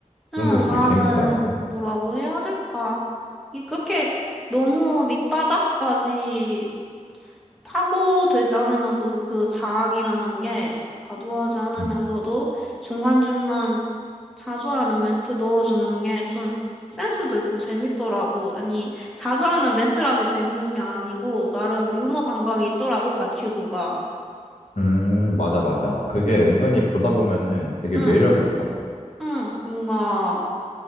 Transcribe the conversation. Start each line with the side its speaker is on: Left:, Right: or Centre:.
Left: 그런
Centre: 응,
Left: 게 되게
Centre: 나는
Left: 재밌더라고.
Centre: 뭐라고 해야 될까? 이 그렇게 너무 밑바닥까지 파고들지 않으면서도 그 자학이라는 게 과도하지 않으면서도
Left: 음.
Centre: 중간중간 자주 하는 멘트 넣어주는 게 좀 센스도 있고 재밌더라고. 아니, 자주 하는 멘트라서 재밌는 게 아니고 나름 유머 감각이 있더라고, 갓큐브가.
Left: 음, 맞아, 맞아. 그게 은근히 보다 보면은 되게
Centre: 응,
Left: 매력 있어.
Centre: 응, 뭔가.